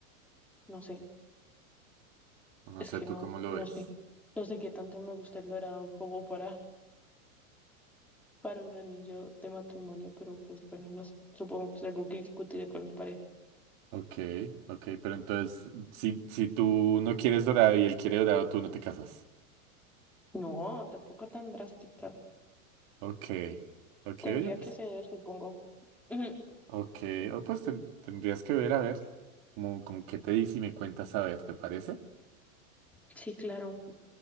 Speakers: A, in the centre; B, on the right (about 45°).
A: no sé
B: No
A: Es
B: sé,
A: que
B: ¿tú
A: no,
B: cómo lo
A: no
B: ves?
A: sé. No sé qué tanto me gusta el dorado como para, para un anillo de matrimonio, pero pues bueno, no sé. Supongo que es algo que discutiré con mi pareja.
B: Ok, ok, pero entonces, si, si tú no quieres dorado y él quiere dorado, tú no te casas.
A: No, tampoco tan drástica.
B: Ok, ok,
A: Tendría
B: oye, pues,
A: que ceder, supongo. Ujú.
B: ok, o pues ten- tendrías que ver, a ver, como, como qué te dice y me cuentas, a ver, ¿te parece?
A: Sí, claro.